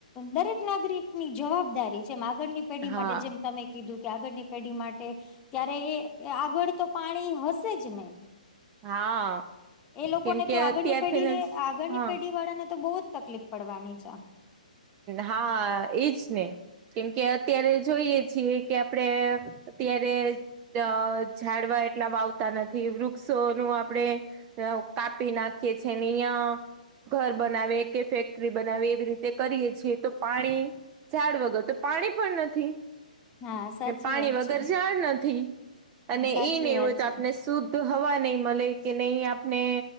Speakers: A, on the left; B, on the right.
A: દરેક નાગરિકની જવાબદારી જેમ આગળની પેઢી
B: હા
A: માટે જેમ તમે કીધું કે આગળની પેઢી માટે ત્યારે એ આગળ તો પાણી હશે જ નહી
B: હા.
A: એ લોકોને
B: કેમ
A: તો
B: કે
A: આગળની
B: અત્યારથીને
A: પેઢી
B: જ
A: આગળની
B: હા
A: પેઢી વાળા ને તો બહુ જ તકલીફ પડવાની છે
B: હા એજ ને કેમ કે અત્યારે જોઈએ છીએ કે આપડે અત્યારે અ ઝાડવા એટલા વાવતા નથી વૃક્ષોનું આપડે હઓ કાપી નાખીએ છેને અહિયાં ઘર બનાવે કે ફેક્ટરી બનાવે એવી રીતે તે કરીએ છીએ તો પાણી ઝાડ વગર તો પાણી પણ નથી
A: હા સાચી
B: પાણી
A: વાત
B: વગર
A: છે
B: જળ નથી
A: હા
B: અને
A: સાચી
B: એ નહી
A: વાત
B: હોય તો
A: છે
B: આપને શુદ્ધ તો હવા નહી મળે કે નહી આપને